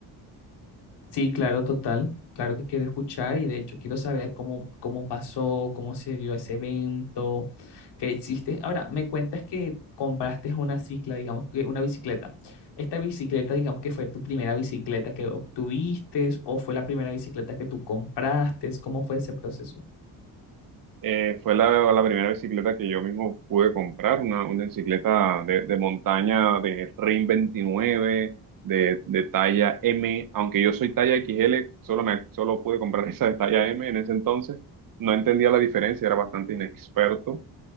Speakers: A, on the left; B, on the right.
A: Sí, claro, total. Claro que quiero escuchar y de hecho quiero saber cómo, cómo pasó, cómo se dio ese evento, qué hiciste. Ahora, me cuentas que compraste una cicla, digamos que una bicicleta. ¿Esta bicicleta, digamos que fue tu primera bicicleta que obtuviste o fue la primera bicicleta que tú compraste? ¿Cómo fue ese proceso?
B: Eh, fue la, la primera bicicleta que yo mismo pude comprar, una, una bicicleta de, de montaña de Rim 29, de, de talla M, aunque yo soy talla XL, solo, me, solo pude comprar <laughs> esa de talla M en ese entonces, no entendía la diferencia, era bastante inexperto